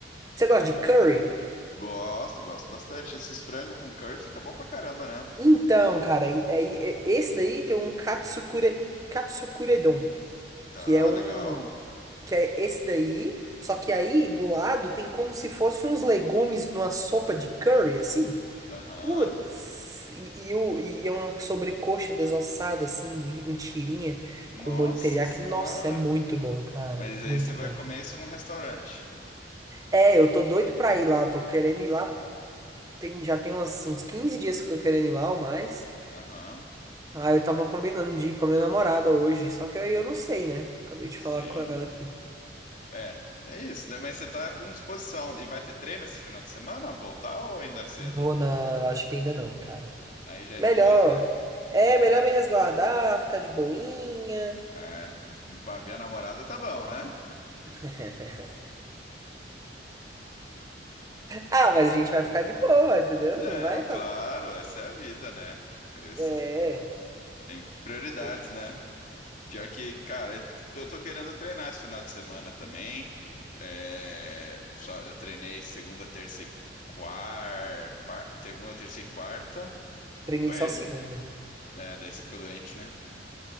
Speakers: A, on the right; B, on the left.
A: Você gosta de curry?
B: Gosto, gosto bastante. Esses frango com curry fica bom pra caramba, né?
A: Então, cara, e- e- e- é, esse daí tem um katsukure, katsukuredon,
B: Tá,
A: que é um,
B: legal.
A: que é esse daí, só que aí do lado tem como se fosse uns legumes numa sopa de curry, assim.
B: Aham.
A: Putz, e, e, o- e é uma sobrecoxa desossada, assim, em em tirinha,
B: Nossa
A: com molho teriyaki.
B: senhora.
A: Nossa, é muito bom, cara,
B: Mas aí
A: muito
B: você vai
A: bom.
B: comer isso num restaurante.
A: É, eu tô doido pra ir lá, tô querendo ir lá tem, já tem uns, uns 15 dias que eu tô querendo ir lá ou mais.
B: Aham.
A: Ah, eu tava combinando de ir com a minha namorada hoje, só que aí eu não sei, né? Acabei de
B: Sim.
A: falar com ela aqui.
B: É, é isso, né? Mas você tá com disposição. E vai ter treino esse final de semana? Voltar ou ainda é cedo?
A: Vou na. eu Acho que ainda não, cara.
B: Aí já é
A: Melhor.
B: demais, né?
A: É, melhor me resguardar, ficar de boinha.
B: É, pra ver a namorada tá bom, né?
A: <laughs> Ah, mas a gente
B: É,
A: vai ficar de boa, entendeu?
B: não,
A: Não vai
B: claro,
A: fazer.
B: essa é a vida, né? Isso.
A: É. é.
B: Tem prioridades,
A: Bom,
B: né? Pior que, cara, eu tô querendo treinar esse final de semana também. É, só- eu treinei segunda, terça e quarta, segunda, terça e quarta.
A: Treinei
B: Foi
A: só
B: ele.
A: segunda.
B: É, daí você ficou doente, né?